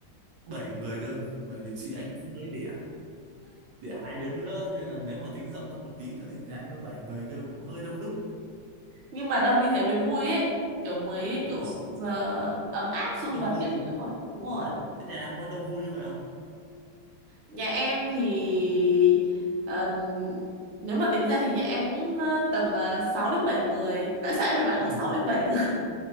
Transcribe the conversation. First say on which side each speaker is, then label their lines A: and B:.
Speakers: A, on the right; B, on the right.
A: 7 người cơ bởi vì chị anh cũng mới đẻ để hai đứa nữa nên là nếu mà tính rộng ra một tí nữa thì nhà anh có bảy người cơ cũng hơi đông đúc
B: nhưng mà đông như thế mới vui ấy kiểu mới
A: đúng
B: kiểu
A: rồi
B: ờ, ấm áp sum
A: đông
B: vầy
A: vui
B: các kiểu á đúng rồi
A: đúng rồi thế nhà em có đông vui như vậy không
B: nhà em thì ờ, nếu mà tính ra thì nhà em cũng ờ, tầm uh, 6 đến 7 người tại sao em phải bảo là
A: ừ
B: 6 đến 7 người